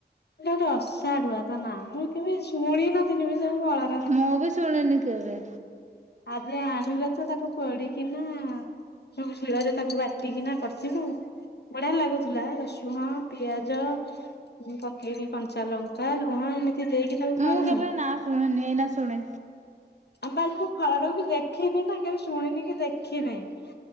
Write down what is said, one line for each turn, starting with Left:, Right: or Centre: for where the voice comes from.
Left: ସେଇଟା ହଉଛି ଅଷାଢ଼ୁଆ ତା ନାଁ। ମୁଁ କେବେ ଶୁଣ ନଥିଲି ବି ସେ ଫଳ
Right: ମୁଁ ବି ଶୁଣିନି କେବେ?
Left: ଆଜି ଆଣିଲ ତ ତାକୁ ପୋଡ଼ିକିନା ସବୁ ଶିଳରେ ତାକୁ ବାଟିକିନା କରିସିନୁ ବଢିଆ ଲାଗୁଥିଲା। ରସୁଣ, ପିଆଜ ମୁଁ ପକେଇକି କଞ୍ଚା ଲଙ୍କା, ଲୁଣ, ଏମିତି ଦେଇକି ତାକୁ କରିନୁ
Right: ମୁଁ କେବେ ନାଁ ଶୁଣିନି, ଏଇନା ଶୁଣି
Left: ଆମ ଆଜି ମୁଁ ଫଳଟାକୁ ବି କି ଦେଖିନି ନା କେବେ ଶୁଣିନି କି ଦେଖିନାହିଁ।